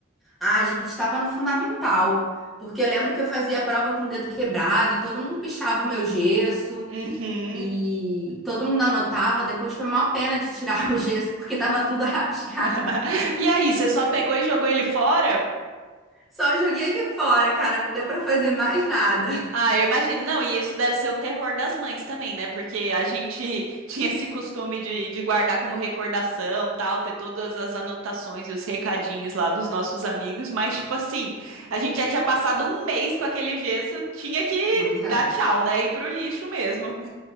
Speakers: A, in the centre; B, on the right (about 85°).
A: Ah, a gente estava no fundamental, porque eu lembro que eu fazia a prova com o dedo quebrado e todo mundo pichava o meu gesso.
B: Uhum.
A: E todo mundo anotava, depois foi uma pena de tirar <laughs> o gesso, porque tava tudo <laughs> rabiscado.
B: <laughs> E aí, você só pegou e jogou ele fora?
A: Só joguei ele fora, cara, não deu pra fazer mais nada.
B: Ah, eu imagino. Não, e isso deve ser o terror das mães também, né? Porque a gente <laughs> tinha esse costume de, de guardar como recordação, tal, ter todas as anotações e os recadinhos lá dos nossos amigos, mas, tipo assim, a gente já tinha passado um mês com aquele gesso, tinha que
A: Pois é.
B: dar tchau, né? Ir pro lixo mesmo.